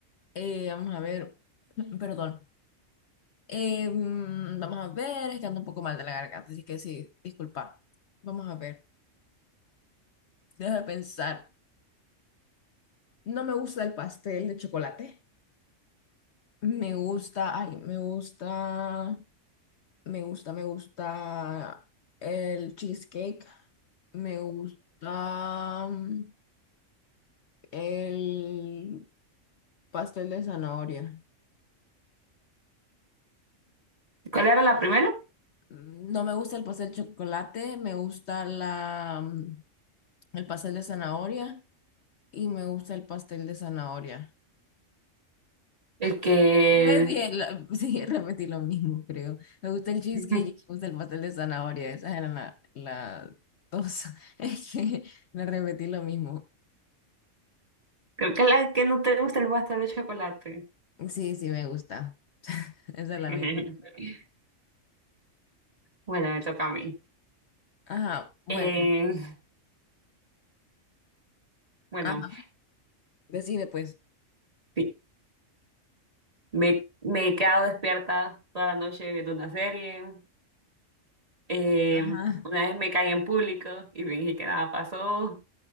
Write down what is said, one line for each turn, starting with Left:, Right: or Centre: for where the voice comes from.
Left: Eh, vamos a ver. <clears throat> Perdón. Eh, mm, vamos a ver. Es que ando un poco mal de la garganta, así que sí, disculpa. Vamos a ver. Deja de pensar. No me gusta el pastel de chocolate. Me gusta. Ay, me gusta. Me gusta, me gusta el cheesecake. Me gusta mm, el pastel de zanahoria.
Right: ¿Cuál era la primera?
Left: Mm, No me gusta el pastel de chocolate, me gusta la, mm, el pastel de zanahoria y me gusta el pastel de zanahoria.
Right: Es que
Left: Repetí la- <laughs> sí, repetí lo mismo, creo. Me gusta el cheesecake
Right: <laughs>
Left: y me gusta el pastel de zanahoria. Esas eran la- las dos. <laughs> Es que le repetí lo mismo.
Right: creo que la que no te gusta el pastel de chocolate.
Left: Sí, sí, me gusta. Esa
Right: <laughs>
Left: es la mentira.
Right: Bueno, me toca a mí.
Left: Ajá, bueno,
Right: Eh, bueno.
Left: ajá, decide pues.
Right: <laughs> Me, me he quedado despierta toda la noche viendo una serie. Eh,
Left: Ajá,
Right: una vez me caí en público y fingí que nada pasó.